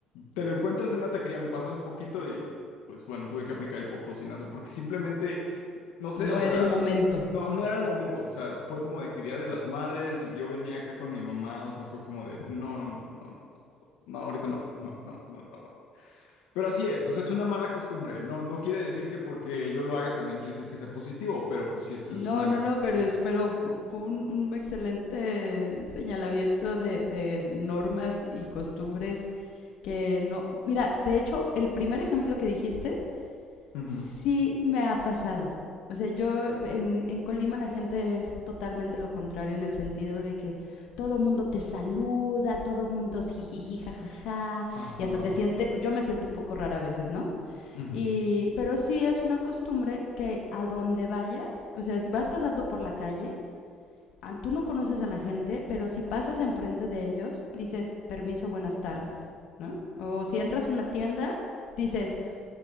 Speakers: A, on the left; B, on the left.
A: Te lo encuentras en una taquería, me pasó hace poquito y pues bueno, tuve que aplicar el potosinazo porque simplemente, no sé,
B: No
A: o
B: era
A: sea,
B: el momento.
A: no, no era el momento, o sea, fue como de que Día de las Madres, yo venía acá con mi mamá, o sea, fue como de, no, no, no, no, no, no, no, ahorita no, no, no, no, no, no. Pero así es, o sea, es una mala costumbre, no, no quiere decir que porque yo lo haga también quiere decir que sea positivo, pero pues sí, es, es
B: No,
A: una
B: no, no, pero,
A: mala
B: es,
A: costumbre.
B: pero fue un, un excelente señalamiento de, de normas y costumbres que no... Mira, de hecho, el primer ejemplo que dijiste
A: Ujú,
B: Sí me ha pasado. O sea, yo en, en Colima la gente es totalmente lo contrario en el sentido de que todo mundo te saluda, todo mundo es jijiji, jajaja,
A: Ajá,
B: y hasta te siente, yo me siento un poco rara a veces, ¿no?
A: ujú,
B: Y, pero sí es una costumbre que a donde vayas, o sea, si vas pasando por la calle, an- tú no conoces a la gente, pero si pasas enfrente de ellos, dices, permiso, buenas tardes, ¿no? O si entras a una tienda, dices,